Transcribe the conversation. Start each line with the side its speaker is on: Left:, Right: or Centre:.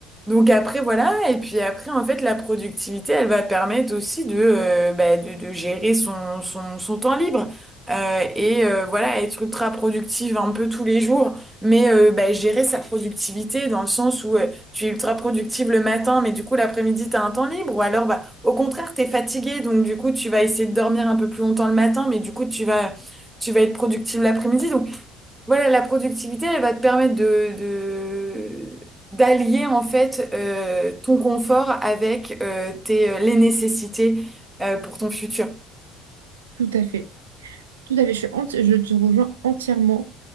Centre: Donc après, voilà, et puis après, en fait, la productivité, elle va permettre aussi de, euh, bah, de, de gérer son, son, son temps libre. Euh, et euh, voilà, être ultra productive un peu tous les jours, mais euh, bah, gérer sa productivité dans le sens où euh, tu es ultra productive le matin, mais du coup l'après-midi, tu as un temps libre, ou alors bah, au contraire, tu es fatigué, donc du coup, tu vas essayer de dormir un peu plus longtemps le matin, mais du coup, tu vas, tu vas être productive l'après-midi. Voilà, la productivité, elle va te permettre de, de- d'allier en fait euh, ton confort avec euh, tes, euh, les nécessités euh, pour ton futur.
Right: Tout à fait. Tout à fait. Je, suis enti- je te rejoins entièrement.